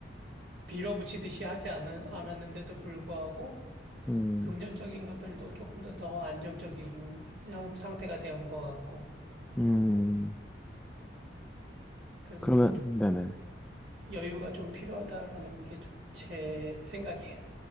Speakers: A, on the right (about 75°); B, in the centre.
A: 밀어붙이듯이 하지 않 않았는데도 불구하고
B: 음,
A: 금전적인 것들도 조금 더 더 안정적인 향- 상태가 된 것 같고
B: 음,
A: 그래서
B: 그러면,
A: 저는 좀
B: 네네.
A: 여유가 좀 필요하다라는 게 좀 제 생각이에요.